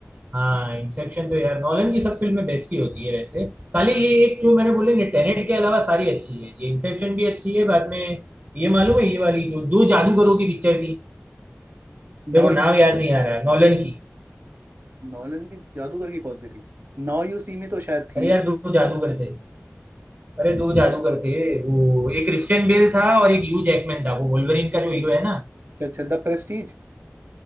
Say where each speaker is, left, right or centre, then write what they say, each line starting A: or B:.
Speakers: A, on the right (about 40°); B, on the right (about 60°).
A: हाँ इंसेप्शन तो यार नॉलन की सब फिल्में बेस्ट ही होती है वैसे खाली ये एक जो मैंने बोले ना टेनेट के अलावा सारी अच्छी है ये इंसेप्शन भी अच्छी है बाद में ये मालूम है ये वाली जो दो जादूगरों की पिक्चर थी मेरे
B: नाउ
A: को नाम याद नहीं आ रहा नॉलन की
B: नॉलन की जादूगर की कौन सी थी नाउ यू सी में तो शायद थी
A: अरे यार दो जादूगर थे अरे दो जादूगर थे वो एक क्रिश्चियन बेल था और एक ह्यू जैकमैन था वो वोल्वरिन का जो हीरो है ना
B: अच्छा अच्छा द प्रेस्टीज